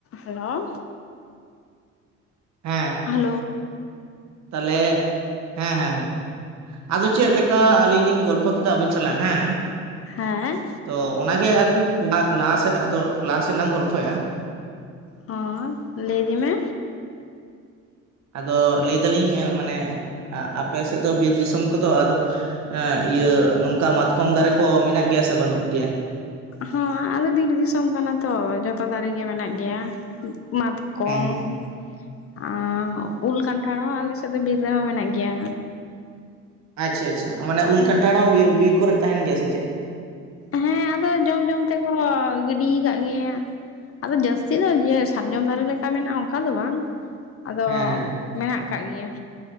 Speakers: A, on the left (about 50°); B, on the right (about 65°).
A: Hello
B: ᱦᱮᱸ
A: hello
B: ᱛᱟᱦᱚᱞᱮ ᱦᱮᱸ ᱦᱮᱸ ᱦᱮᱸ ᱟᱫᱚ ᱪᱮᱫ ᱞᱮᱠᱟ ᱟᱹᱞᱤᱧ ᱞᱤᱧ ᱜᱚᱞᱯᱚ ᱠᱮᱫᱟ ᱟᱹᱵᱤᱱ ᱥᱟᱞᱟᱜ ᱦᱮᱸ
A: ᱦᱮᱸ
B: ᱛᱚ ᱚᱱᱟᱜᱮ ᱟᱨᱠᱤ ᱞᱟ ᱞᱟᱦᱟᱥᱮᱫᱚ ᱟᱫᱚ ᱞᱟᱦᱟᱥᱮᱫ ᱞᱟᱝ ᱜᱚᱞᱯᱷᱚᱭᱟ
A: ᱦᱚᱸᱭ ᱞᱟ. ᱭᱫᱤ ᱢᱮ
B: ᱟᱫᱚ ᱞᱮᱭ ᱫᱟᱞᱤᱧ ᱢᱟᱱᱮ ᱟᱯᱮ ᱥᱮᱫ ᱫᱚ ᱵᱤᱨ ᱫᱤᱥᱚᱢ ᱠᱚᱫᱚ ᱟᱫᱚ ᱤᱭᱟᱹ ᱱᱚᱝᱠᱟ ᱢᱟᱛᱠᱚᱢ ᱫᱟᱨᱮ ᱠᱚ ᱢᱮᱱᱟᱜ ᱜᱮᱭᱟ ᱥᱮ ᱵᱟᱹᱱᱩᱜ ᱜᱮᱭᱟ
A: ᱦᱚ ᱟᱫᱚ ᱵᱤᱨ ᱫᱤᱥᱚᱢ ᱠᱟᱱᱟ ᱛᱚ ᱡᱚᱛᱚ ᱫᱟᱨᱮ ᱢᱮᱱᱟᱜ ᱜᱮᱭᱟ ᱢᱟᱛ ᱠᱚᱢ
B: ᱦᱮᱸ ᱦᱮᱸ
A: ᱟᱨ ᱩᱞ ᱠᱟᱱᱴᱷᱟᱲ ᱦᱚᱸ ᱟᱞᱮ ᱥᱮᱜ ᱫᱚ ᱵᱤᱨ ᱨᱮᱦᱚᱸ ᱢᱮᱱᱟᱜ ᱜᱮᱭᱟ᱾
B: ᱟᱪᱪᱷᱟ ᱟᱪᱪᱷᱟ ᱢᱟᱱᱮ
A: ᱟᱫᱚ
B: ᱩᱞ ᱠᱟᱱᱴᱟᱲ ᱦᱚᱸ ᱵᱤᱨ ᱠᱚᱨᱮᱫ ᱛᱟᱦᱮᱱ ᱜᱮᱭᱟ ᱥᱮ ᱪᱮᱫ
A: ᱦᱮᱸ ᱟᱫᱚ ᱡᱚᱢ ᱡᱚᱢ ᱛᱮᱠᱚ ᱜᱤᱰᱤ ᱠᱟᱜ ᱜᱮᱭᱟ ᱟᱫᱚ ᱡᱟᱹᱥᱛᱤ ᱫᱚ ᱡᱮ ᱥᱟᱨᱡᱚᱢ ᱫᱟᱨᱮ ᱞᱮᱠᱟ ᱢᱮᱱᱟᱜᱼᱟ ᱚᱱᱠᱟ ᱫᱚ ᱵᱟᱝ ᱟᱫᱚ
B: ᱦᱮᱸ ᱦᱮᱸ ᱦᱮᱸ
A: ᱢᱮᱱᱟᱜ ᱠᱟᱜ ᱜᱮᱭᱟ